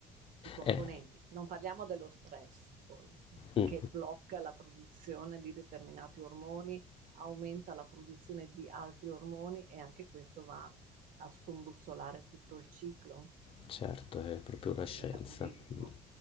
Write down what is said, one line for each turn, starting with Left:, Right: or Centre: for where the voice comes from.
Right: di componenti.
Left: eh,
Right: Non parliamo dello stress, poi,
Left: mh,
Right: che blocca la produzione di determinati ormoni, aumenta la produzione di altri ormoni e anche questo va a scombussolare tutto il ciclo
Left: certo, è proprio una
Right: del
Left: scienza.
Right: metabolismo.
Left: mh.